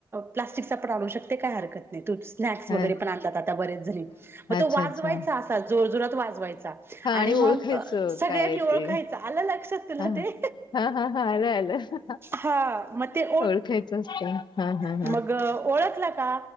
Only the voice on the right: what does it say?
प्लास्टिकचा पणालू शकते काय हरकत तू स्नॅक्स
वगैरे पण आणला आता बरेच जणी मग
तो वाजवायचा
असा जोर जोरात वाजवायचा आणि
मग
सगळ्यांनी
ओळखायचं
आलं लक्षात तुला
ते
हा मग ते
मग
ओळखला का